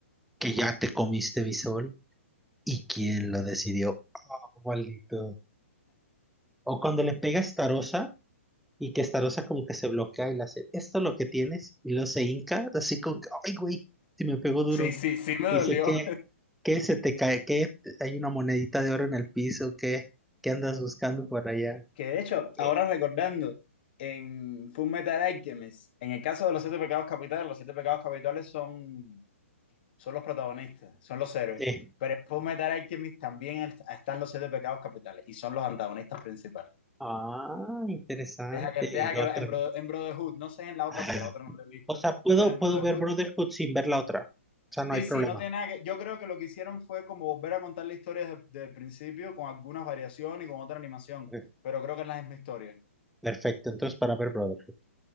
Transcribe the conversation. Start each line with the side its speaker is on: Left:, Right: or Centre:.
Centre: que ya te comiste mi sol y quién lo decidió. Oh, maldito. O cuando le pega a Starosa y que Starosa como que se bloquea y le hace, esto es lo que tienes, y luego se hinca, así como que, ay, güey, si me pegó duro.
Left: sí, sí, sí me
Centre: Y
Left: dolió.
Centre: dice que, que se te cae, que hay una monedita de oro en el piso, que, que andas buscando por allá.
Left: Que de hecho,
Centre: Eh,
Left: ahora recordando, en Full Metal Alchemist, en el caso de los siete pecados capitales, los siete pecados capitales son, son los protagonistas, son los héroes.
Centre: eh.
Left: Pero en Full Metal Alchemist también es- están los siete pecados capitales y son los antagonistas principales.
Centre: Ah, interesante.
Left: Deja que, deja que
Centre: Otra.
Left: en, Bro- en Brotherhood, no sé en la otra
Centre: Ay,
Left: porque la otra no la he visto,
Centre: O sea, puedo,
Left: pero en Brotherhood,
Centre: puedo ver Brotherhood sin ver la otra. O sea, no
Left: sí,
Centre: hay problema.
Left: sí, no tiene nada que. Yo creo que lo que hicieron fue como volver a contar la historia desde, desde el principio con algunas variaciones y con otra animación,
Centre: Ok.
Left: pero creo que es la misma historia.
Centre: Perfecto, entonces para ver Brotherhood.